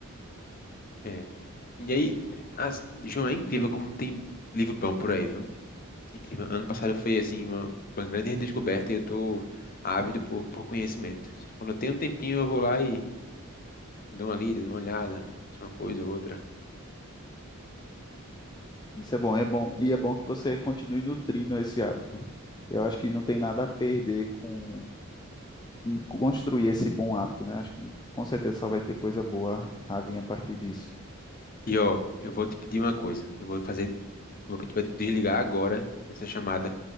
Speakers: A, on the left; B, on the left.
A: É. E aí, as- João, é incrível como tem livro bom por aí, viu? Incrível. Ano passado foi, assim, uma, uma grande redescoberta e eu tô ávido por, por conhecimento. Quando eu tenho um tempinho, eu vou lá e dou uma lida, dou uma olhada, uma coisa ou outra.
B: Isso é bom, é bom, e é bom que você continue nutrindo esse hábito. Eu acho que não tem nada a perder com em construir esse bom hábito, né? Acho que com certeza só vai ter coisa boa a vir a partir disso.
A: E, ó, eu vou te pedir uma coisa. Eu vou fazer Vou pedir para tu desligar agora essa chamada